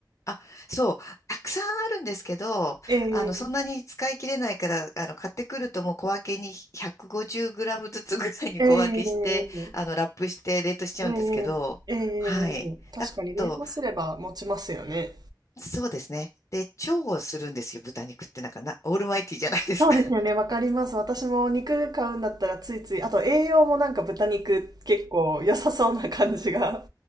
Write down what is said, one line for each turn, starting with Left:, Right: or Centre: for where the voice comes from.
Left: あ、そう、たくさんあるんですけど、
Right: ええ、
Left: あの、そんなに使い切れないから、あの、買ってくるともう小分けに150グラムずつぐらいに小分けして、
Right: ええ、
Left: あの、ラップして冷凍しちゃうんですけど、
Right: ええ、ええ。
Left: はい。
Right: 確かに冷凍すれば持ちますよね。
Left: だと、そうですね。で、調をするんですよ、豚肉ってなんかな、オールマイティーじゃないですか。
Right: そうですよね、
Left: <laughs>
Right: わかります。私も肉買うんだったらついつい、あと栄養もなんか豚肉結構良さそうな感じが。